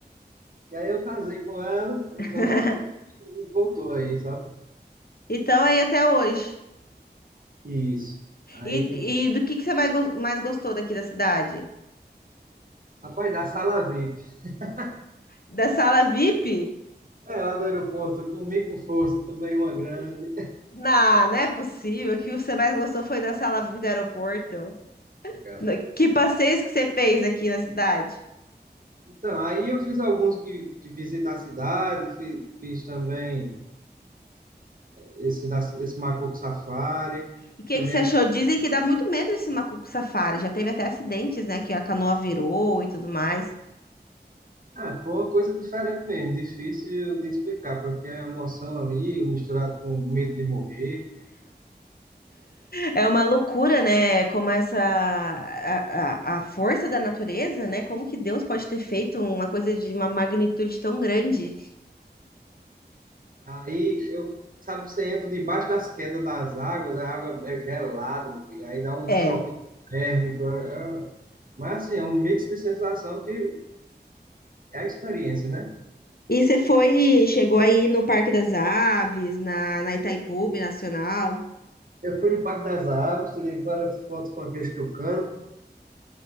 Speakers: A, on the right; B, on the left.
A: E aí eu casei com ela, e
B: <laughs>
A: quando eu casei, voltou aí, sabe?
B: Então, aí até hoje.
A: Isso. Aí,
B: E, e do que, que você mais, gos- mais gostou daqui da cidade?
A: rapaz, da sala VIP.
B: Da sala VIP?
A: É, lá do aeroporto, eu comi com força, tomei uma grande.
B: Não, não é possível. O que você mais gostou foi da sala VIP do aeroporto.
A: <laughs> Cara.
B: No- Que passeios que você fez aqui na cidade?
A: Então, aí eu fiz alguns que, de visita à cidade, fi- fiz, também esse, da- esse Macuco Safari,
B: E o que,
A: também
B: que você
A: a-
B: achou? Dizem que dá muito medo esse macaco safari. Já teve até acidentes, né? Que a canoa virou e tudo mais.
A: ah, foi uma coisa diferente mesmo, difícil de explicar, porque a emoção ali, misturado com medo de morrer,
B: É uma loucura, né? Como essa a, a, a força da natureza, né? Como que Deus pode ter feito uma coisa de uma magnitude tão grande?
A: Aí eu, sabe, você entra debaixo das quedas das águas, a água é gelada, meu amigo, aí dá um
B: É.
A: choque térmico. é- é- um, Mas assim, é um mix de sensação que é a experiência, né?
B: E você foi, chegou aí no Parque das Aves, na, na Itaipu Nacional?
A: Eu fui no Parque das Aves, tirei várias fotos com aqueles tucanos,